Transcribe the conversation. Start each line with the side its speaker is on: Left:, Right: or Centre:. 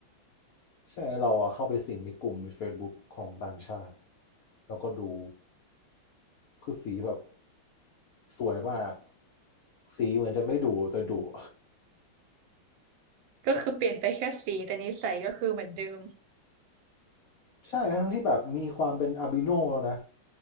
Left: ใช่เราอะเข้าไปสิงในกลุ่มใน Facebook ของต่างชาติแล้วก็ดูคือสีแบบสวยมากสีเหมือนจะไม่ดุแต่ดุ <laughs>
Right: ก็คือเปลี่ยนไปแค่สีแต่นิสัยก็คือเหมือนเดิม
Left: ใช่ทั้งที่แบบมีความเป็นอาบิโนแล้วนะ